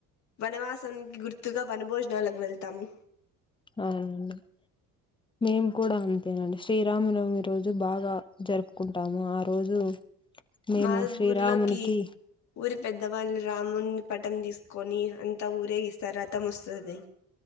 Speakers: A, on the left; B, on the left.
A: వనవాసంనికి గుర్తుగా వన భోజనాలకు వెళ్తాము
B: అవునండి మేము కూడా అంతేనండి శ్రీరామనవమి రోజు బాగా జరుపుకుంటాము ఆ రోజు మేము
A: మా
B: శ్రీరామునికి
A: ఊర్లోకి ఊరి పెద్ద పెద్దవాళ్ళు రాముని పటం తీసుకొని అంతా ఊరేగిస్తారు రథం వస్తది